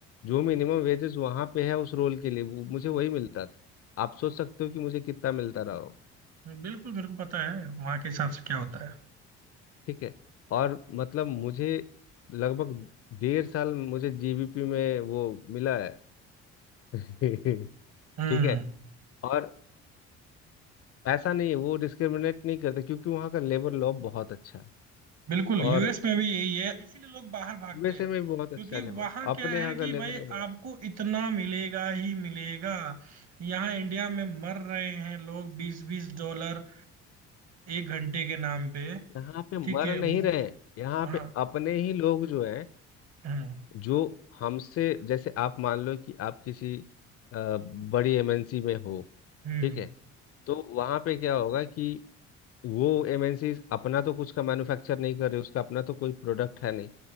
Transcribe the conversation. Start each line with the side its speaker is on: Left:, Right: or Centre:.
Left: जो मिनिमम वेजेस वहाँ पे है उस रोल के लिए वो मुझे वही मिलता था आप सोच सकते हो कि मुझे कितना मिलता रहा होगा
Right: बिल्कुल मेरे को पता है वहां के हिसाब से क्या होता है
Left: ठीक है और मतलब मुझे लगभग डेढ़ साल मुझे जीबीपी में वो मिला है <laughs> ठीक
Right: हम्म
Left: है और ऐसा नहीं है वो डिस्क्रिमिनेट नहीं करते क्योंकि वहाँ का लेबर लॉ बहुत अच्छा है
Right: बिल्कुल यूएस
Left: और
Right: में भी यही है इसीलिए लोग बाहर भागते
Left: यूएसए
Right: हैं
Left: में भी बहुत अच्छा
Right: क्योंकि
Left: है लेबर
Right: वहां
Left: अपने
Right: क्या है
Left: यहाँ
Right: कि
Left: का लेबर
Right: भाई
Left: लॉ
Right: आपको इतना मिलेगा ही मिलेगा यहाँ इंडिया में मर रहे हैं लोग बीस बीस डॉलर एक घंटे के नाम पे
Left: यहाँ पे मर
Right: ठीक है
Left: नहीं
Right: वो
Left: रहे हैं यहाँ
Right: हाँ
Left: पे अपने ही लोग जो हैं
Right: हम्म
Left: जो हमसे जैसे आप मान लो कि आप किसी अ, बड़ी एमएनसी में हो
Right: हम्म
Left: ठीक है तो वहाँ पे क्या होगा कि वो एमएनसी अपना तो कुछ का मैन्युफैक्चर नहीं कर रहे उसका अपना तो कोई प्रोडक्ट है नहीं